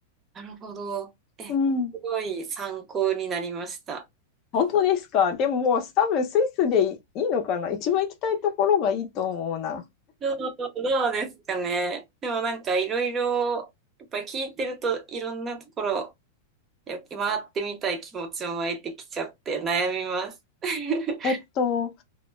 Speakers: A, on the right; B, on the left.
A: なるほど。え、
B: うん。
A: すごい参考になりました。
B: 本当ですか。でももう多分スイスでいいいのかな。一番行きたいところがいいと思うな。
A: どう、どうですかね。でもなんかいろいろ、やっぱり聞いてるといろんなところ、やっぱ回ってみたい気持ちも湧いてきちゃって悩みます。<laughs>
B: えっと、